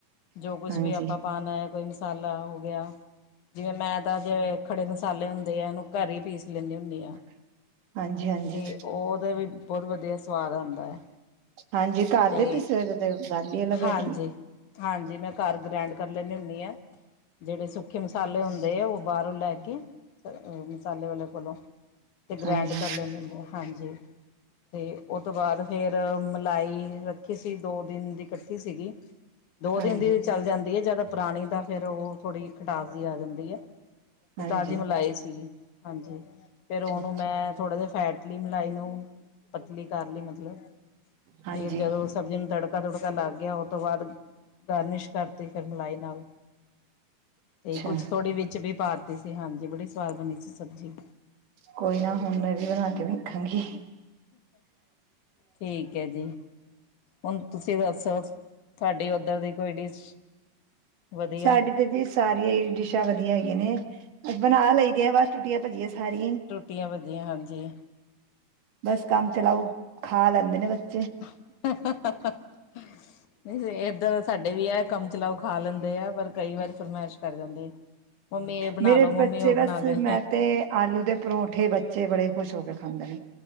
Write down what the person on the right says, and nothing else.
ਹਾਂਜੀ
ਹਾਂਜੀ ਹਾਂਜੀ
ਹਾਂਜੀ ਘਰ
ਦੇ ਪੀਸੇ ਹੋਏ ਤੇ ਗੱਲ ਹੀ ਅਲੱਗ
ਹੈਗੀ
ਹਾਂਜੀ
ਹਾਂਜੀ
ਹਾਂਜੀ
ਅੱਛਾ
ਅੱਛਾ
ਹਾਂਜੀ
ਅੱਛਾ
ਕੋਈ ਨਾ ਹੁਣ ਮੈਂ ਵੀ ਬਣਾ ਕੇ ਵੇਖਾਂਗੀ। <inaudible>
ਸਾਡੇ ਤੇ ਜੀ ਸਾਰੀਆ ਈ, ਡਿਸ਼ਾਂ ਵਧੀਆ ਹੈਗੀਆਂ ਨੇ। ਬਣਾ ਲਈ ਦੀ ਆ ਬਸ। ਟੁਟੀਆਂ ਭੱਜੀਆਂ ਸਾਰੀਆਂ ਹੀ
ਬਸ ਕੰਮ ਚਲਾਓ, ਖਾਲ <unintelligible>
ਮੇਰੇ
ਬੱਚੇ
ਬਸ
ਮੈਂ ਤੇ, ਆਲੂ ਦੇ ਪਰੌਂਠੇ ਬੇ ਬੱਚੇ ਬੜੇ ਖੁਸ਼ ਹੋ ਕੇ ਖਾਂਦੇ ਨੇ।